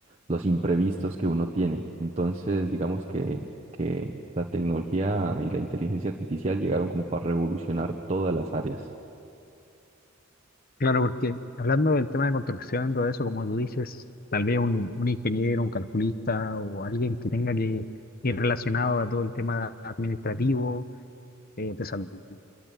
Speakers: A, on the right; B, on the left.
A: los imprevistos que uno tiene. Entonces, digamos que, que la tecnología y la inteligencia artificial llegaron como para revolucionar todas las áreas.
B: Claro, porque hablando del tema de construcción, todo eso, como tú dices, tal vez un, un ingeniero, un calculista o alguien que tenga que ir relacionado a todo el tema administrativo, eh, te saldrá